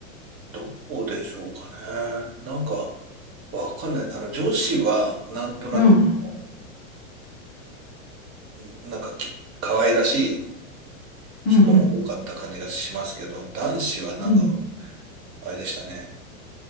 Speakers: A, on the right; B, on the left.
A: どうでしょうかね。なんか、わかんない。あの、女子は、なんとなく、
B: うん、
A: その、うんなんかき、可愛らしい人も多かった感じがしますけど、
B: うん、うん、
A: 男子はなんか、
B: うん。
A: あれでしたね。